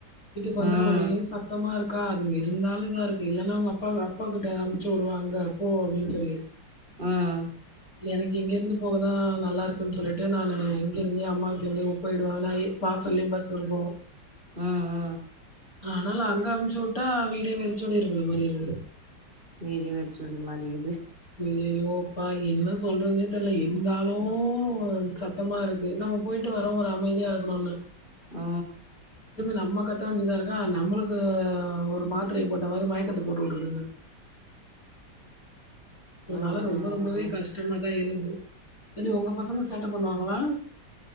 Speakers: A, on the left; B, on the right.
A: வீட்டுக்கு
B: ம்
A: வந்தா ஒரே சண் சுத்தமா இருக்கா அதுங்க இருந்தாலு இதா இருக்கு இல்லன்னா அவங்க அப்பா அப்பாக்கிட்ட அமுச்சு விடுவாங்க போ அப்டின்னு சொல்லி
B: உம்
A: எனக்கு இங்கேருந்து போக தா நல்லாருக்குன்னு சொல்லிட்டு நானு இங்கிருந்தே அம்மா வீட்லேருந்தே போயிடுவே நா ஏ வாசல்லே பஸ் வரும்
B: உம்
A: ஆனாலு அங்க அமுச்சு விட்டா வீடே வெறிச்சோடி இருக்குற மாரி இருக்கு
B: வீடே வெறிச்சோடி மாறி க்குது
A: ஐயயோ அப்பா என்ன சொல்றதுனே தெரில இருந்தாலூ சத் சத்தமா இருக்கு நம்ம போயிட்டு வரோ ஒரு அமைதியா இருக்கணுல்ல
B: அ
A: நம்ம கத்த வேண்டியதா இருக்கா நம்மளுக்கு ஒரு மாத்திரை போட்ட மாதிரி மயக்கத்த போட்டு விட்ருதுங்க அதனால
B: ம்
A: ரொம்ப
B: ம்
A: ரொம்பவே
B: ம்
A: கஷ்டமாதா இருக்குது எப்டி ஒங்க பசங்க சேட்ட பண்ணுவாங்களா